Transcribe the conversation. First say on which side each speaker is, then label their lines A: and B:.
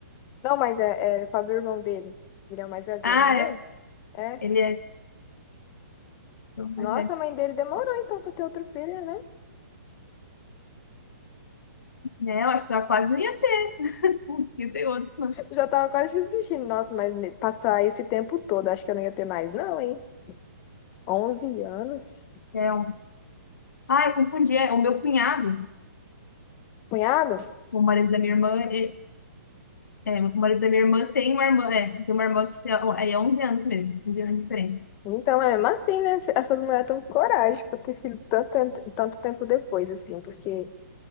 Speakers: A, on the left (about 15°); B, on the left (about 75°).
A: Não, mas é, é, eu falo do irmão dele. Ele é o mais velho do
B: Ah,
A: irmão dele?
B: é.
A: É.
B: Ele é oito mais
A: Nossa,
B: velho.
A: a mãe dele demorou então pra ter outro filho, né?
B: Né, eu acho que ela quase não ia ter. <laughs> Putz, que tem outro.
A: Já tava quase desistindo. Nossa, mas ne- passar esse tempo todo, acho que eu não ia ter mais, não, hein? Onze anos.
B: É um... Ah, eu confundi. É, o meu cunhado,
A: Cunhado?
B: o marido da minha irmã, ele- é, o marido da minha irmã tem uma irmã, é, tem uma irmã que tem, aí é onze anos mesmo, onze anos de diferença.
A: Então, é mesmo assim, né? Essas mulheres estão com coragem pra ter filho tanto, tanto tempo depois, assim, porque